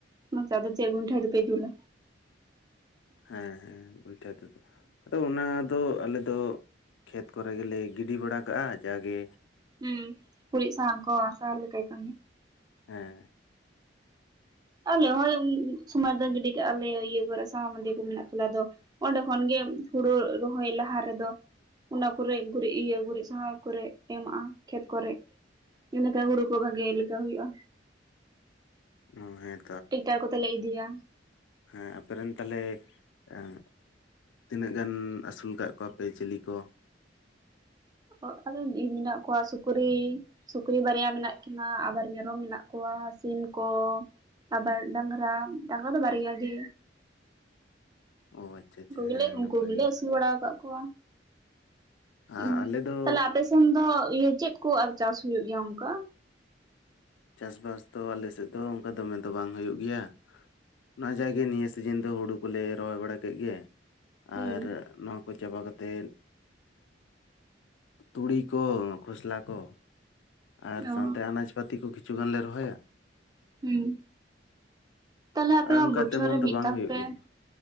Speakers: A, on the right; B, on the left.
A: ᱱᱚᱛᱮ ᱟᱫᱚ ᱪᱮᱫ ᱜᱩᱭᱴᱷᱟ ᱛᱮᱯᱮ ᱡᱩᱞ-ᱟ᱾
B: ᱦᱮᱸ ᱦᱮᱸ ᱭᱩᱭᱴᱷᱟ ᱛᱮᱜᱮ᱾ ᱟᱫᱚ ᱚᱱᱟ ᱫᱚ ᱟᱞᱮ ᱫᱚ ᱠᱷᱮᱛ ᱠᱚᱨᱮ ᱜᱮᱞᱮ ᱜᱤᱰᱤ ᱵᱟᱲᱟ ᱠᱟᱜᱼᱟ ᱡᱟ ᱜᱮ᱾
A: ᱦᱩᱸ ᱠᱩᱩᱨᱤᱡ ᱥᱟᱦᱟᱱ ᱠᱚ ᱥᱟᱦᱟᱱ ᱞᱮᱠᱟᱭ ᱠᱟᱢᱤ,
B: ᱦᱮᱸ,
A: ᱟᱞᱮ ᱦᱚᱸ ᱥᱚᱢᱚᱭ ᱨᱮᱫᱚ ᱜᱤᱰᱤ ᱠᱟᱜᱼᱟ ᱞᱮ ᱤᱭᱟᱹ ᱠᱚᱨᱮ ᱥᱟᱦᱟ ᱢᱟᱫᱮ ᱠᱚ ᱢᱮᱱᱟᱜ ᱛᱟᱞᱮ ᱫᱚ᱾ ᱚᱸᱰᱮ ᱠᱷᱚᱱ ᱜᱮ ᱦᱩᱲᱩ ᱨᱚᱦᱚᱭ ᱞᱟᱦᱟ ᱨᱮ ᱫᱚ, ᱚᱱᱟ ᱠᱚᱨᱮ ᱜᱩᱨᱤᱡ ᱤᱭᱟᱹ ᱜᱩᱨᱤᱡ ᱥᱟᱦᱟ ᱠᱚᱨᱮ ᱮᱢᱟᱜᱼᱟ ᱠᱷᱮᱛ ᱠᱚᱨᱮ᱾ ᱤᱱᱟᱹ ᱠᱷᱟᱱ ᱦᱩᱲᱩ ᱠᱚ ᱵᱷᱟᱜᱮ ᱞᱮᱠᱟ ᱦᱩᱭᱩᱜᱼᱟ᱾
B: ᱚ ᱦᱮᱸ᱾
A: ᱴᱤᱠᱴᱟᱨ ᱠᱚᱛᱮ ᱞᱮ ᱤᱫᱤᱭᱟ᱾
B: ᱦᱮᱸ ᱟᱯᱮ ᱨᱮᱱ ᱛᱟᱦᱚᱞᱮ ᱮᱸ, ᱛᱤᱱᱟᱹᱜ ᱜᱟᱱ ᱟᱹᱥᱩᱞ ᱟᱠᱟᱫ ᱠᱚᱣᱟ ᱯᱮ ᱪᱤᱞᱤ ᱠᱚ᱾
A: ᱚ ᱟᱞᱮ ᱨᱮᱱ ᱤ ᱢᱮᱱᱟᱜ ᱠᱚᱣᱟ ᱥᱩᱠᱨᱤ᱾ ᱥᱩᱠᱨᱤ ᱵᱟᱨᱭᱟ ᱢᱮᱱᱟᱜ ᱠᱤᱱᱟᱹ ᱟᱵᱟᱨ ᱢᱮᱨᱚᱢ ᱢᱮᱱᱟᱜ ᱠᱚᱣᱟ ᱥᱤᱢ ᱠᱚ᱾ ᱟᱵᱟᱨ ᱰᱟᱝᱨᱟ ᱰᱟᱝᱨᱟ ᱫᱚ ᱵᱟᱨᱭᱟ ᱜᱮ᱾
B: ᱚ ᱟᱪᱪᱷᱟ ᱟᱪᱪᱷᱟ
A: ᱩᱱᱠᱩ ᱜᱮᱞᱮ
B: ᱦᱮᱸ
A: ᱩᱱᱠᱩ
B: ᱱᱟᱯᱟᱭ
A: ᱜᱮᱞᱮ
B: ᱜᱮ
A: ᱟᱹᱥᱩᱞ ᱵᱟᱲᱟ ᱟᱠᱟᱫ ᱠᱚᱣᱟ
B: ᱟᱨ
A: ᱩᱸ᱾
B: ᱟᱞᱮ ᱫᱚ
A: ᱛᱟᱦᱞᱮ ᱟᱯᱮᱥᱱ ᱫᱚ ᱤᱭᱟᱹ ᱪᱮᱫ ᱠᱚ ᱟᱨ ᱪᱟᱥ ᱦ ᱦᱩᱭᱩᱜᱭ ᱜᱮᱭᱟ ᱚᱱᱠᱟ,
B: ᱪᱟᱥᱵᱟᱥ ᱫᱚ ᱟᱞᱮ ᱥᱮᱫ ᱫᱚ ᱚᱱᱠᱟ ᱫᱚᱢᱮ ᱫᱚ ᱵᱟᱝ ᱦᱩᱭᱩᱜ ᱜᱮᱭᱟ᱾ ᱚᱱᱟ ᱡᱟᱭ ᱜᱮ ᱱᱤᱭᱟᱹ ᱥᱤᱡᱤᱱ ᱫᱚ ᱦᱩᱲᱩ ᱠᱚᱞᱮ ᱨᱚᱦᱚᱭ ᱵᱟᱲᱟ ᱠᱮᱫ ᱜᱮ
A: ᱦᱩᱸ
B: ᱟᱨ ᱱᱚ᱾ ᱠᱚ ᱪᱟᱵᱟ ᱠᱟᱛᱮᱫ᱾ ᱛᱩᱲᱤ ᱠᱚ ᱠᱷᱚᱥᱞᱟ ᱠᱚ, ᱟᱨ
A: ᱚ
B: ᱥᱟᱶᱛᱮ ᱟᱱᱟᱡᱽ ᱯᱟᱹᱛᱤ ᱠᱚ ᱠᱤᱪᱷᱩ ᱜᱟᱱ ᱞᱮ ᱨᱚᱦᱚᱭᱟ᱾
A: ᱦᱩᱸ ᱛᱟᱦᱞᱮ ᱟᱯᱮᱢᱟ
B: ᱟᱨ ᱚᱱᱠᱟ
A: ᱵᱚᱪᱷᱚᱨ
B: ᱛᱮᱢᱚᱱ
A: ᱨᱮ
B: ᱫᱚ
A: ᱢᱤᱫ
B: ᱵᱟᱝ
A: ᱛᱟᱨ
B: ᱦᱩᱭᱩᱜ
A: ᱯᱮ᱾
B: ᱜᱮᱭᱟ